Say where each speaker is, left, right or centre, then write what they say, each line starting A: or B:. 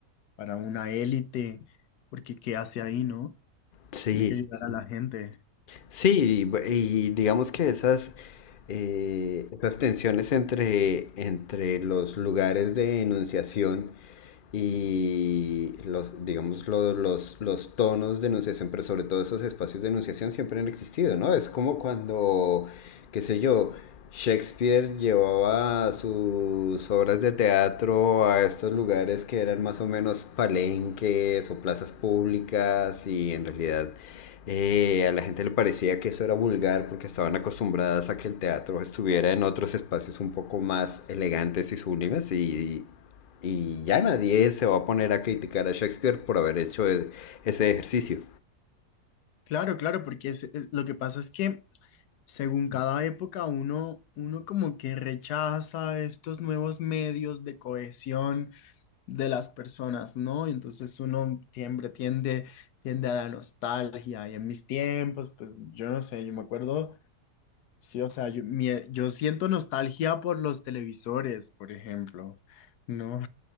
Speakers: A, on the left; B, on the left.
A: para una élite, porque ¿qué hace ahí, no?
B: Sí,
A: Tiene que
B: sí,
A: llegar
B: sí.
A: a la gente.
B: Sí, y bu- y digamos que esas, eh, esas tensiones entre, entre los lugares de enunciación y los, digamos, lo- los, los tonos de enunciación, pero sobre todo esos espacios de enunciación siempre han existido, ¿no? Es como cuando, qué sé yo, Shakespeare llevaba sus obras de teatro a estos lugares que eran más o menos palenques o plazas públicas y en realidad eh, a la gente le parecía que eso era vulgar porque estaban acostumbradas a que el teatro estuviera en otros espacios un poco más elegantes y sublimes y, y ya nadie se va a poner a criticar a Shakespeare por haber hecho e- ese ejercicio.
A: Claro, claro, porque es- es- lo que pasa es que según cada época uno, uno como que rechaza estos nuevos medios de cohesión de las personas, ¿no? Y entonces uno siempre tiende, tiende a la nostalgia. Y en mis tiempos, pues yo no sé, yo me acuerdo, sí, o sea, yo, mi- yo siento nostalgia por los televisores, por ejemplo, ¿no?